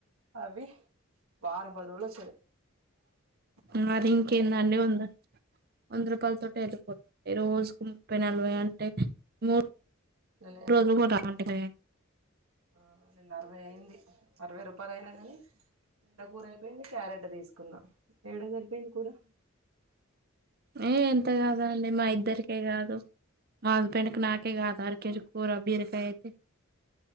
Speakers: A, on the right; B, on the right.
A: అవి వారం పది రోజులొస్తది ఒకసారి
B: మరి ఇంకేందండి ఉంది వంద రూపాయల తోటి ఎల్లిపోత్ రోజుకు ముప్పై నలభై అంటే మూడు
A: లే
B: రోజులు కూడా రావంట కదా
A: ఆ నిన్న అరవై అయింది అరవై రూపాయలు అయిన కానీ <unintelligible> కూర అయిపోయింది క్యారెట్ తీసుకున్న ఏడ సరిపోయింది కూర
B: ఏ ఎంత కాదండి మా ఇద్దరికే కాదు నా హస్బెండ్కు నాకే కాదు అరకేజి కూర బీరకాయైతే